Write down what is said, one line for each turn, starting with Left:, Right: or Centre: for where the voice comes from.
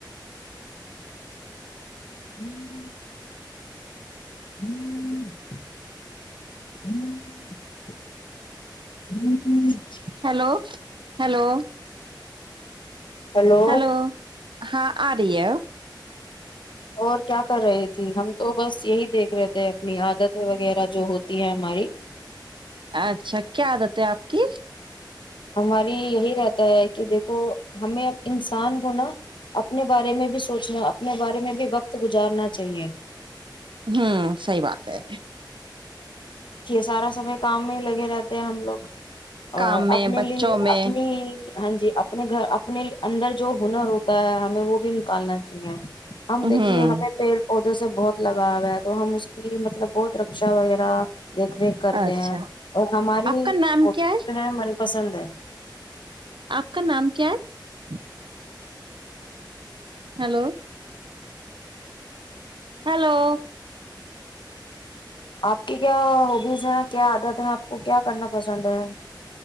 Left: <unintelligible> <unintelligible>
Right: hello hello
Left: hello
Right: hello ہاں اڈیو
Left: اور کیا کر رہے تھے ہم تو بس یہی دیکھ رہے تھے اپنی عادت وغیرہ جو ہوتی ہے ہماری
Right: اچھا کیا بات ہے اپ کی
Left: ہماری یہی رہتا ہے کہ دیکھو ہمیں انسان کو نا اپنے بارے میں بھی سوچنا اپنے بارے میں بھی وقت گزارنا چاہیے
Right: ہوں سحی بات ہے
Left: سارا کام میں لگے رہتے ہم لوگ اور
Right: کام میں
Left: اپنے لیے
Right: بچوں میں
Left: اپنی ہاں جی اپنے گھر اپنے اندر جو ہنر ہوتا ہے ہمیں وہ بھی نکالنا چاہیے ہم
Right: ہوں
Left: دیکھیے ہمیں پیڑ پودوں سے بہت لگاؤ ہے تو ہم اس کی مطلب بہت رکشا وغیرہ دیکھ ریکھ کرتے
Right: اچھا
Left: ہیں اور ہماری
Right: آپ کا نام
Left: ہوبیز
Right: کیا
Left: جو ہے م پسند ہے۔
Right: آپ کا نام کیا ہے۔ ہلو۔ ہیلو۔
Left: آپ کی کیا ہوبیز ہیں کیا عادت ہیں آپ کو کیا کرنا پسند ہے۔